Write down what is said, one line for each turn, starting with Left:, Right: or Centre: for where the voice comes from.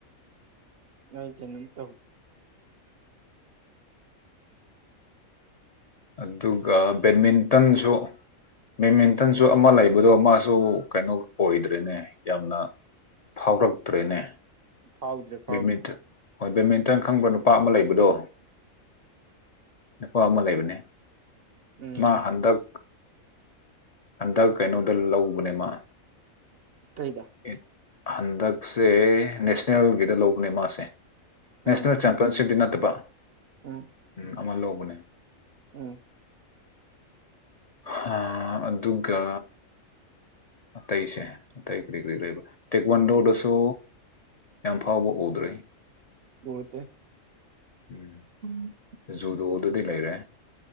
Right: ꯑꯩ ꯀ ꯅ ꯇꯧ
Left: ꯑꯗꯨꯒ ꯕꯦꯠꯃꯤꯟꯇꯟꯁꯨ ꯕꯦꯠꯃꯤꯟꯇꯟꯁꯨ ꯑꯃ ꯂꯩꯕꯗꯣ ꯃꯥꯁꯨ ꯀꯩꯅꯣ ꯑꯣꯏꯗ꯭ꯔꯦꯅꯦ ꯌꯥꯝꯅ ꯐꯥꯎꯔꯛꯇ꯭ꯔꯦꯅꯦ
Right: ꯐꯥꯎꯗ꯭ꯔꯦ ꯐꯥꯎꯗ꯭ꯔꯦ
Left: ꯕꯦꯠꯃꯤꯟꯇꯟ ꯍꯣꯏ ꯕꯦꯗꯃꯤꯟꯇꯟ ꯈꯪꯕ ꯅꯨꯄꯥ ꯑꯃ ꯂꯩꯕꯗꯣ ꯅꯀꯣ ꯑꯃ ꯂꯩꯕꯅꯦ
Right: ꯎꯝ
Left: ꯃꯥ ꯍꯟꯗꯛ ꯍꯟꯗꯛ ꯀꯩꯅꯣꯗ ꯂꯧꯕꯅꯦ ꯃꯥ
Right: ꯀꯩꯗ
Left: ꯑꯦ, ꯍꯟꯗꯛꯁꯦ ꯅꯦꯁꯅꯦꯜꯒꯤꯗ ꯂꯧꯕꯅꯦ ꯃꯥꯁꯦ ꯅꯦꯁꯅꯦꯜ
Right: ꯎꯝ
Left: ꯆꯦꯝꯄꯤꯌꯟꯁꯤꯞꯇ ꯅꯠꯇꯦ ꯕ
Right: ꯎꯝ
Left: ꯑꯃ ꯂꯧꯕꯅꯦ
Right: ꯎꯝ
Left: ꯍꯥꯥ ꯑꯗꯨꯒꯒ ꯑꯇꯩꯁꯦ ꯑꯇꯩ ꯀꯔꯤ ꯀꯔꯤ ꯂꯩꯕ ꯇꯦꯛꯦꯛꯋꯥꯟꯗꯣꯗꯁꯨ ꯌꯥꯝ ꯐꯥꯎꯕ ꯎꯗ꯭ꯔꯦ
Right: ꯑꯣꯠꯇ
Left: ꯎꯝ
Right: ꯎꯝ
Left: ꯁꯨꯗꯣ ꯑꯗꯨꯗꯤ ꯂꯩꯔꯦ